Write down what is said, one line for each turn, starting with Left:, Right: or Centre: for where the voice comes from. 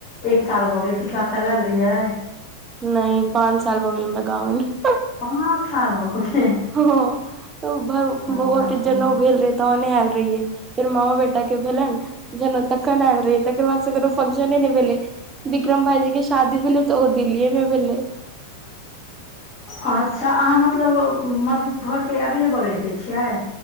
Left: एक साल भऽ गेलै पिछला साल ऐल रहियै।
Right: नै पाँन साल भऽ गेल हमरा गाँव एला।
Left: पाँच साल हो गेल
Right: हँ तऽ भौ
Left: ओ,
Right: बौआ के जनउ भेल रहै। तहने एल रहियै फेर मामा बेटा के भेलैन। जनउ तखन एल रहीयै तकर बाद स कोनो फंशने नै भेलै। बिक्रम भाईजी के शादी भेलै तऽ ओहो दिल्लए में भेलै।
Left: अच्छा आहाँ मतलब मधु घर के अगले-बगले के छियै।